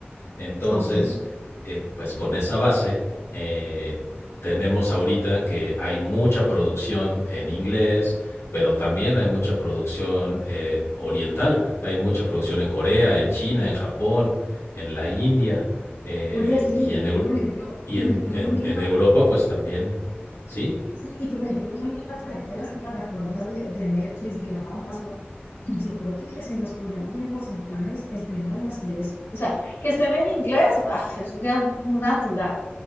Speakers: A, on the left; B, on the left.
A: Entonces,
B: ok.
A: eh, pues con esa base, eh, tenemos ahorita que hay mucha producción en inglés, pero también hay mucha producción eh, oriental. Hay mucha producción en Corea, en China, en Japón, en la India eh,
B: Oye, sí,
A: y, en, Eur-
B: por ejemplo,
A: y
B: por
A: en,
B: ejemplo,
A: en-
B: uno mira,
A: en Europa, pues también. Sí,
B: sí, y por ejemplo, uno mira para todas las plataformas de, de Netflix, de Amazon, y yo creo que si nos ponemos en porcentajes, el tema de las series, o sea, que estén en inglés, ah, eso ya es natural,